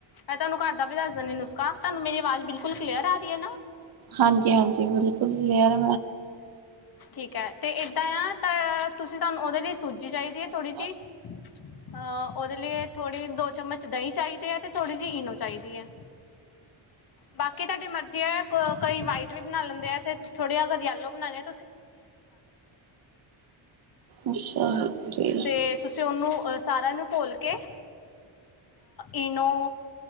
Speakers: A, on the left; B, on the right.
A: ਮੈਂ ਤੁਹਾਨੂੰ ਘਰ ਦਾ ਵੀ ਦਸ ਦੇਣੀ ਨੁਸਖਾ ਤੁਾਨ ਮੇਰੀ ਆਵਾਜ਼ ਬਿਲਕੁਲ ਕਲੀਅਰ ਆ ਰਹੀ ਹੈ ਨਾ
B: ਹਾਂਜੀ -ਹਾਂਜੀ ਬਿਲਕੁਲ ਲਰ
A: ਠੀਕ ਹੈ ਤੇ ਏਦਾਂ ਆ ਤਾਂ ਤੁਸੀਂ ਤੁਹਾਨੂੰ ਉਹਦੇ ਲਈ ਸੂਜੀ ਚਾਹੀਦੀ ਹੈ ਥੋੜ੍ਹੀ
B: ਅੱਛਾ ਜੀ ਠੀਕ
A: ਜਿਹੀ ਅਹ ਉਹਦੇ ਲਈ ਥੋੜੀ ਦੋ ਚਮਚ ਦਹੀਂ ਚਾਹੀਦੇ ਆ ਤੇ ਥੋੜ੍ਹੀ ਜਿਹੀ ਇਨੂੰ ਚਾਹੀਦੀ ਹੈ ਬਾਕੀ ਤੁਹਾਡੀ ਮਰਜ਼ੀ ਹੈ ਕਈ ਵਾਈਟ ਵੀ ਬਣਾ ਲੈਂਦੇ ਤੇ ਥੋੜ੍ਹੇ ਜ ਯਲੋ ਬਣਾਉਣੇ
B: ਅੱਛਾ ਜੀ।
A: ਤੇ, ਤੁਸੀਂ ਉਹਨੂੰ ਅਹ ਸਾਰਿਆਂ ਨੂੰ ਘੋਲ ਓਕੇ, ਇਨੋ,